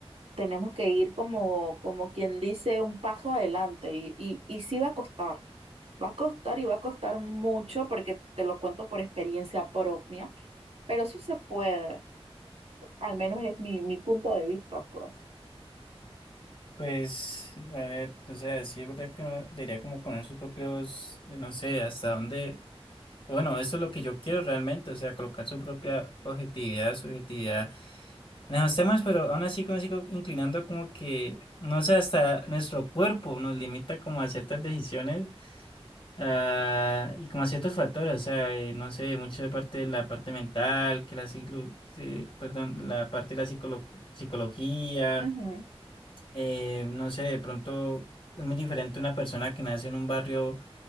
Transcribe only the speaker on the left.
Pues, a ver, o sea, sí es verdad que uno debería como poner sus propios, eh, no sé, hasta dónde, bueno, eso es lo que yo quiero realmente, o sea, colocar su propia objetividad, subjetividad en esos temas, pero aún así como me sigo inclinando como que, no sé, hasta nuestro cuerpo nos limita como a ciertas decisiones ah, y como a ciertos factores, o sea, eh, no sé, mucho de parte de la parte mental, que la ciclo, sí, perdón, la parte de la psicolo- psicología,
eh, no sé, de pronto es muy diferente una persona que nace en un barrio